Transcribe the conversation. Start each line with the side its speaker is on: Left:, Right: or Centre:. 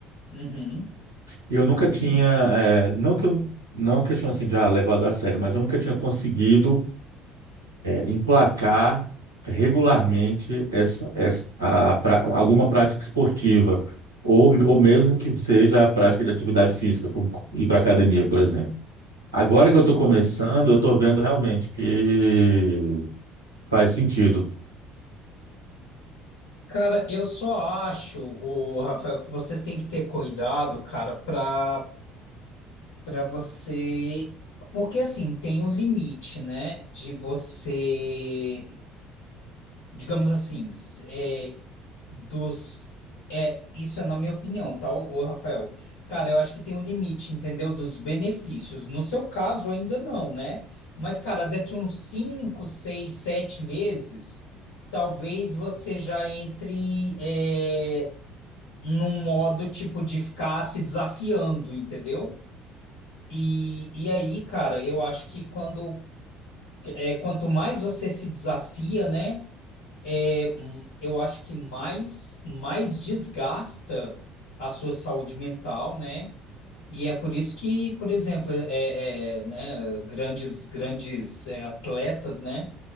Left: uhum,
Right: E eu nunca tinha, é, não que eu, não é uma questão assim de ah, levado a sério, mas eu nunca tinha conseguido emplacar regularmente essa, essa, a, pra- alguma prática esportiva, ou, ou mesmo que seja a prática de atividade física, como ir para academia, por exemplo. Agora que
Left: uhum.
Right: eu estou começando, eu estou vendo realmente que faz sentido.
Left: Cara, eu só acho, o Rafael, que você tem que ter cuidado, cara, para para você, porque assim, tem um limite, né, de você, digamos assim, s- é, dos é, isso é na minha opinião, tá, ô Rafael? Cara, eu acho que tem um limite, entendeu? Dos benefícios. No seu caso ainda não, né? Mas cara, daqui uns 5 6 7 meses, talvez você já entre é, num modo tipo de ficar se desafiando, entendeu? E, e aí, cara, eu acho que quando é, quanto mais você se desafia, né? É, hum, eu acho que mais mais desgasta a sua saúde mental, né? E é por isso que, por exemplo, é, é, né, grandes grandes é, atletas, né?